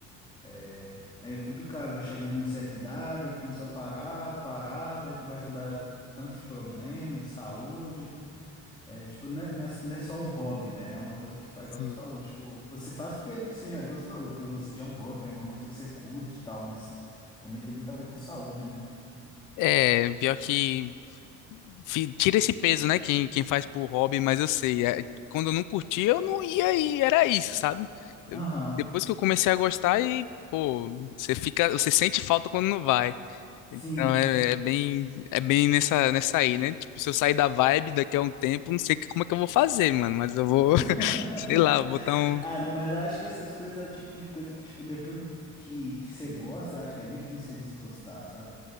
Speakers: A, on the left; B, on the left.
A: é, é complicado, vai chegando uma certa idade, vai ficando só parado, parado, aí começa a dar tanto de problema de saúde. É, tipo, não é, não é- não é só um hobby, né? É uma coisa que faz,
B: Sim.
A: igual você falou, tipo, você faz porque você já, igual você falou, porque você já é um hobby, já é uma coisa que você curte e tal, mas também tem muito a ver com saúde, né?
B: É, pior que. fi- tira esse peso, né? Quem, quem faz por hobby, mas eu sei. é, quando eu não curtia, eu não ia e era isso, sabe? Eu-
A: Aham,
B: depois que eu comecei a gostar e, pô, você fica, você sente falta quando não vai.
A: sim.
B: Então é, é bem, é bem nessa, nessa aí, né? Tipo, se eu sair da vibe daqui a um tempo, não sei que- como é que eu vou fazer, mano, mas eu vou,
A: <laughs>
B: <laughs> sei lá, botar um.
A: Ah, não, mas eu acho que essas coisas é o tipo de coisa que, tipo, depois que, que você gosta, eu acho que é difícil você desgostar, sabe?